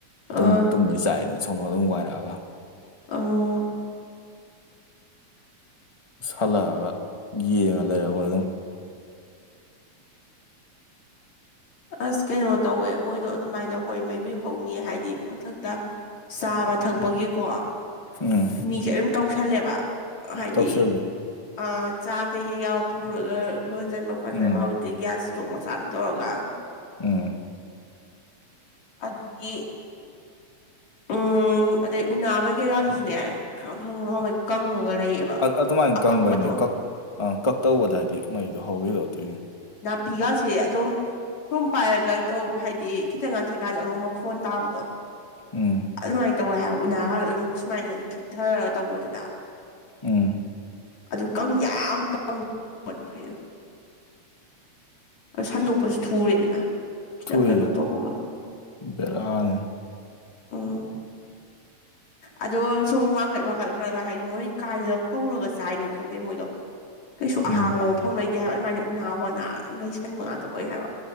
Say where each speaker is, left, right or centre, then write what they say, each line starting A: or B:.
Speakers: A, on the left; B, on the left.
A: ꯑꯥ
B: ꯑꯗꯨꯝ ꯇꯨꯝꯗꯩ ꯆꯥꯛꯑꯦꯅ ꯊꯣꯡꯗꯣ ꯑꯗꯨꯝ ꯋꯥꯥꯏꯔꯛꯑꯒ
A: ꯑꯣ
B: ꯁꯥꯜꯂꯛꯑꯒ ꯌꯦꯡꯉ ꯂꯩꯔ ꯑꯩꯈꯣꯏ ꯑꯗꯨꯝ
A: ꯑꯁ ꯀꯩꯅꯣ ꯇꯧꯋꯦ ꯃꯣꯏꯗꯣ ꯑꯗꯨꯃꯥꯏꯅ ꯍꯣꯏ ꯃꯩꯕꯨ ꯍꯧꯅꯤ ꯍꯥꯏꯗꯤ ꯃꯊꯛꯇ ꯆꯥꯕ ꯊꯛꯄꯒꯤꯀꯣ
B: ꯎꯝ
A: ꯃꯤꯁꯦ ꯑꯗꯨꯝ ꯇꯧꯁꯜꯂꯦꯕ ꯍꯥꯏꯗꯤ
B: ꯇꯧꯁꯤꯜꯂꯦ
A: ꯑ ꯆꯥ ꯀꯩ ꯀꯩ ꯌꯥꯎ ꯄꯨꯔꯒ ꯂꯣꯟꯁꯤꯟꯕ ꯈꯣꯠꯆꯟꯕ
B: ꯎꯝ
A: ꯍꯧꯖꯤꯛꯇꯤ ꯒ꯭ꯌꯥꯁ ꯆꯃꯣ ꯆꯥꯔ ꯇꯔꯒ
B: ꯎꯝ
A: ꯑꯗꯨꯒꯤ ꯎꯝ ꯑꯗꯩ ꯎꯅꯥ ꯀꯩꯀꯩ ꯌꯥꯎꯔꯨꯁꯨꯅꯦ ꯈ ꯈ ꯅꯍꯥꯎꯕꯩ ꯀꯪꯉꯒ ꯂꯩꯌꯦꯕ
B: ꯑꯗꯨꯃꯥꯏꯅ
A: ꯑꯀꯪꯕꯗꯣ
B: ꯀꯪꯕꯩꯅꯦ ꯀꯛ ꯑ ꯀꯛ ꯇꯧꯕꯗ ꯍꯥꯏꯗꯤ ꯃꯩꯗꯣ ꯍꯧꯔꯤꯔꯣ ꯑꯗꯨꯏꯅꯦ
A: ꯄꯒꯁꯦꯗꯣ ꯁꯣꯝ ꯄꯥꯏꯔꯒ ꯇꯧ ꯍꯥꯏꯗꯤ ꯈꯤꯇꯪ ꯉꯟꯊꯛꯀꯥꯟꯗ ꯑꯃꯨꯛ ꯃꯐꯣꯟ ꯇꯥꯕꯗꯣ
B: ꯎꯝ
A: ꯑꯗꯨꯃꯥꯏꯅ ꯇꯧꯋꯦ ꯍꯥꯏ ꯎꯅꯥ ꯈꯥꯟꯗ ꯑꯗꯨꯝ ꯁꯨꯃꯥꯏꯅ ꯈꯤꯊꯔꯒ ꯇꯧꯕꯗꯨꯗ
B: ꯎꯝ
A: ꯑꯗꯨ ꯀꯪ ꯌꯥꯝ ꯀꯪ ꯍꯥꯏꯩꯗꯣ ꯁꯥꯟꯗꯣꯛꯄꯁꯨ ꯐꯔꯦꯗꯅ ꯈꯤꯇꯪ
B: ꯊꯣꯛꯏ
A: ꯀꯩꯒꯣ ꯇꯧꯕꯒ
B: ꯕꯦꯔꯥꯅꯦ
A: ꯑꯣ
B: <inaudible>
A: ꯑꯗꯣ ꯁꯨꯝ ꯋꯥꯡꯈꯠ ꯋꯥꯡꯈꯠ ꯈꯔꯒ ꯍꯥꯏꯗꯤ ꯃꯣꯏ ꯀꯥꯏꯗ ꯍꯧꯔꯒ ꯆꯥꯏꯅꯣ ꯈꯪꯗꯦ ꯃꯣꯏꯗꯣ ꯀꯩꯁꯨ
B: ꯎꯝ
A: ꯑꯍꯥꯡꯕ ꯃꯐꯝ ꯂꯩꯇꯦ ꯍꯥꯏꯕ ꯑꯗꯨꯃꯥꯏꯅ ꯎꯅꯥ ꯋꯥꯅꯥ ꯑꯗꯨꯝ ꯂꯩꯩꯁꯟꯕ ꯉꯥꯛꯇ ꯑꯣꯏ ꯍꯥꯏꯕ